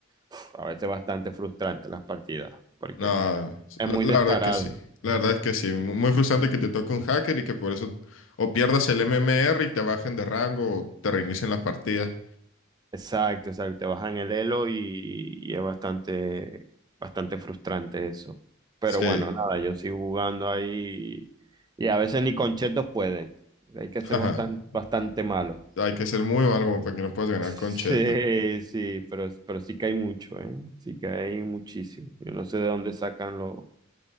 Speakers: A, on the right; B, on the left.
A: uf, a veces bastante frustrante las partidas, porque
B: Nada,
A: es
B: la,
A: muy
B: la
A: descarado.
B: verdad que sí. La verdad es que sí. Mu- Muy frustrante que te toque un hacker y que por eso o pierdas el MMR y te bajen de rango o te reinicien la partida.
A: Exacto, exacto, te bajan el elo y, y es bastante, bastante frustrante eso. Pero
B: Sí.
A: bueno, nada, yo sigo jugando ahí y, a veces ni con chetos pueden. Hay que ser
B: <laughs>
A: bastante, bastante malo.
B: Hay que ser muy malo como para que no puedas ganar
A: <laughs> Sí,
B: con cheto.
A: sí, pero, pero sí que hay mucho, ¿eh? Sí que hay muchísimo. Yo no sé de dónde sacan lo-